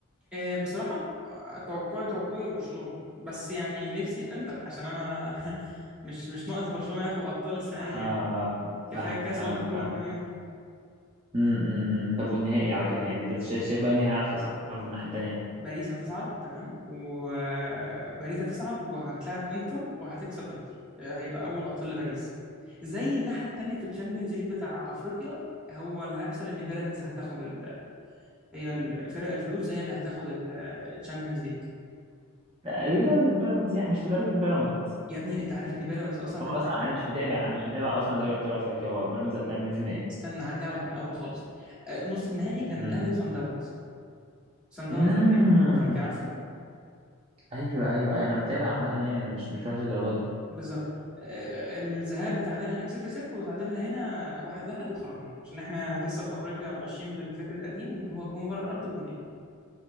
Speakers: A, in the centre; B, on the right.
A: آه بصراحه آه، توقعي توقعي برشلونه بس يعني نفسي في انتر عشان انا <laughs> مش مش ناقص برشلونه ياخد ابطال السنه
B: <laughs>
A: دي يعني
B: آه
A: كفايه
B: فاهمك
A: الكاس
B: فاهمك
A: اللي خدوه
B: فاهمك
A: من كام يوم
B: امم طب والنهائي على كده يعني انت شايف شايف بقى مين هيعرف يصعد من الناحيه التانيه
A: باريس هتصعد تمام وباريس هتصعد وهتلاعب انتر وهتكسب انتر هيبقى اول ابطال لباريس زي الناحيه التانيه في الشامبيونز ليج بتاع افريقيا هو اللي هيحصل ان بيراميدز هتاخد ال... هي الفرق الفلوس هي اللي هتاخد ال- الشامبيونز ليج
B: لا، لدرجه بيراميدز يعني مش لدرجه بيراميدز
A: يا ابني انت عارف ان بيراميدز اصلا
B: هو
A: دلوقتي
B: اصلا انا مش متابع انا مش متابع اصلا دوري ابطال افريقيا هو بيراميدز هتلاعب مين في النهائي
A: استنى هرجع لك من الاول خالص آه، نص النهائي كان
B: امم
A: الاهلي وصن داونز صن داونز
B: امم
A: ده فريق في جنوب افريقيا عارفه
B: ايوه ايوه ايوه انا متابع عامه يعني انا مش مش وحش الدرجه دي
A: بالظبط آه، الذهاب اتعادلنا هناك 0 0 وتعادلنا هنا 1 1 وخرجنا عشان احنا لسه في افريقيا ماشيين بالفكر القديم ان هو الجون بره الارض بجونين